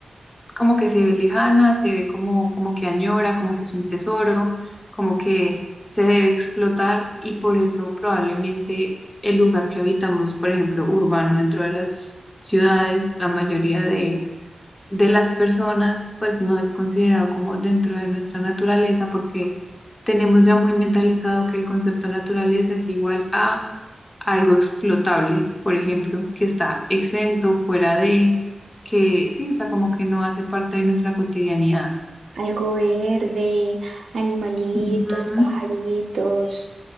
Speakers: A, on the left; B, on the right.
A: como que se ve lejana, se ve como, como que añora, como que es un tesoro, como que se debe explotar y por eso probablemente el lugar que habitamos, por ejemplo, urbano dentro de las ciudades, la mayoría de, de las personas, pues no es considerado como dentro de nuestra naturaleza porque tenemos ya muy mentalizado que el concepto naturaleza es igual a algo explotable, por ejemplo, que está exento, fuera de, que sí, o sea, como que no hace parte de nuestra cotidianidad.
B: Algo verde, animalitos,
A: Ujú,
B: pajaritos,